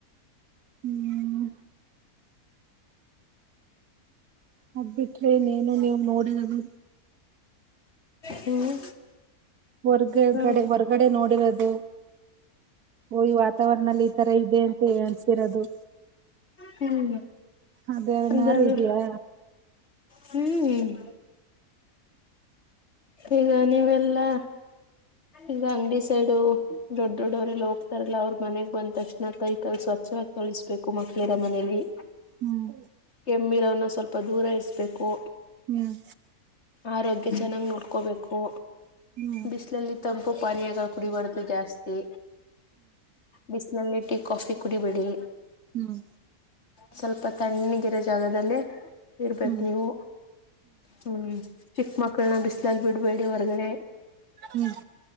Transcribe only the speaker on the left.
ಹ್ಮ್
ಹ್ಮ್
ಹ್ಮ್
ಅಂದರು
ಹ್ಮ್ ಈಗ ನೀವೆಲ್ಲಾ ಈಗ ಅಂಗಡಿ ಸೈಡು ದೊಡ್ ದೊಡ್ಡವ್ರಲ್ಲ ಹೋಗ್ತಾರಲ್ಲ ಅವ್ರ ಮನೆಗ್ ಬಂದ ತಕ್ಷಣ ಕೈ ಕಲ್ ಸ್ವಚ್ಛವಾಗಿ ತೊಳಿಸಬೇಕು ಮಕ್ಳಿರ ಮನೇಲಿ
ಕೆಮ್ಮಿರವನ ಸ್ವಲ್ಪ ದೂರ ಇರಿಸಬೇಕು
ಆರೋಗ್ಯ ಚೆನ್ನಾಗ್ ನೋಡ್ ಹಕೋಬೇಕು
ಬಿಸಿಲಲ್ಲಿ ತಂಪು ಪನಯಾಗ ಕುಡಿಬಾರ್ದು ಜಾಸ್ತಿ. ಬಿಸಲಲ್ಲಿ ಟೀ ಕಾಫಿ ಕುಡಿಬೇಡಿ
ಸ್ವಲ್ಪ ತಣ್ಣಿಗಿರೋ ಜಾಗದಲ್ಲಿ ಇರ್ಬೇಕೇ
ನೀವು ಹ್ಮ್ ಚಿಕ್ಮಕಳನ್ನ ಬಿಸಲಿ ಲ್ಲಿ ಬಿಡ್ಬೇಡಿ ಹೊರ್ಗಡೆ